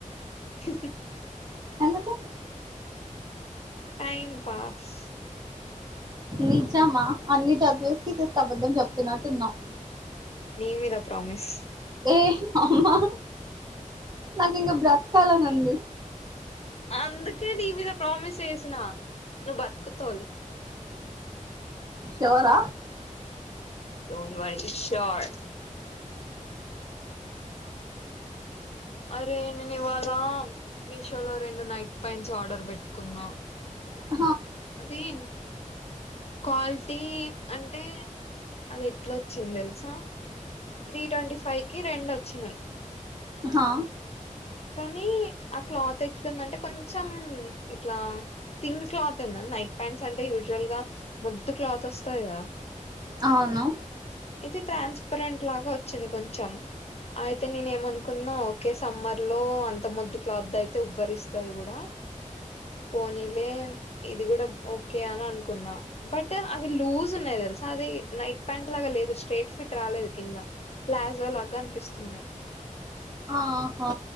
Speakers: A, on the left; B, on the right.
A: సి
B: ఎందుకు
A: టైం పాస్
B: నిజమా అన్ని చదివేసి జస్ట్ అబద్ధం చెప్తున్నట్టున్నావ్
A: నమీ మీద ప్రామిస్
B: ఏ అమ్మా నాకు ఇంకా బ్రతకాలనుంది
A: అందుకే నీ మీద ప్రామిస్ ఎసినా నువ్వు బతుకుతావ్ లే
B: షో రా
A: డోంట్ వర్రీ షోర్ అరే నేను ఇవాళ మీషో లో రెండు నైట్ ప్యాంట్స్ ఆర్డర్ పెట్టుకున్నా
B: అ
A: అదీం క్వాలిటీ అంటే అది ఎట్లాచ్చిందెలుసా త్రీ ట్వంటీ ఫైవ్ కి రెండు వచ్చినాయి
B: హా
A: కానీ ఆ క్లాత్ ఎట్లుందంటే కొంచెం ఇట్లా థిన్ క్లాత్ ఉనాది నైట్ ప్యాంట్స్ అంటే యూజువల్ గా ముద్దు క్లాత్ వస్తాయి కదా
B: అవును
A: ఇది ట్రాన్స్పరెంట్ లాగా వచ్చింది కొంచెం అయితే నేను ఏమనుకున్నా ఓకే సమ్మర్ లో అంత మొద్దు క్లాత్ దైతే ఉబ్బరిస్తది కూడా పోనీలే ఇది కూడా ఓకే అని అనుకున్నా బట్ అవి లూజ్ ఉన్నాయి తెలుసా అది నైట్ ప్యాంట్ లాగా లేదు స్ట్రేట్ ఫిట్ రాలేదు కింద ప్లాజో లా గనిపిస్తున్నాయి
B: ఆహా